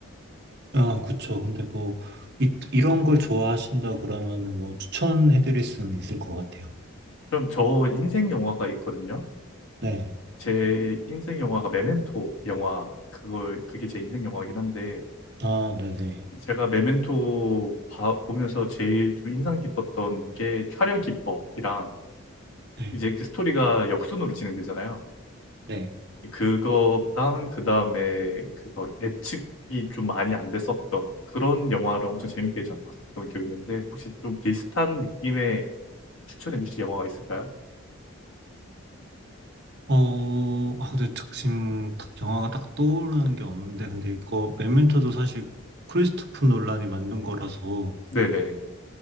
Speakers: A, on the right (about 50°); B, on the left (about 75°).
A: 아, 그쵸. 근데 뭐 이, 이런 걸 좋아하신다 그러면은 뭐 추천해드릴 수는 있을 것 같아요.
B: 그럼 저 인생 영화가 있거든요.
A: 네.
B: 제 인생 영화가 메멘토 영화 그걸 그게 제 인생 영화긴 한데
A: 아, 네네.
B: 제가 메멘토 봐- 보면서 제일 좀 인상 깊었던 게 촬영 기법이랑
A: 네.
B: 이제 그 스토리가 역순으로 진행되잖아요.
A: 네.
B: 그거랑 그다음에 그거 예측이 좀 많이 안 됐었던 그런 영화를 엄청 재밌게 전 봤었던 기억이 있는데 혹시 좀 비슷한 느낌의 추천해 주실 영화가 있을까요?
A: 어, 아, 근데 지금 딱 영화가 딱 떠오르는 게 없는데, 근데 이거 메멘토도 사실 크리스토프 놀란이 만든 거라서,
B: 네네.